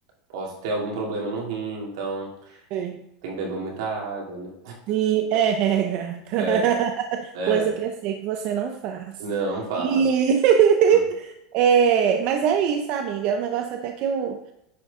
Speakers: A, on the right (about 80°); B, on the right (about 45°).
A: posso ter algum problema no rim, então
B: amiga.
A: tem que beber muita água, né?
B: Sim, é, é, gata.
A: É,
B: <laughs>
A: é,
B: Coisa que eu sei que você não faz.
A: não faz.
B: E... <laughs>
A: Hum,
B: É, mas é isso, amiga. É um negócio até que eu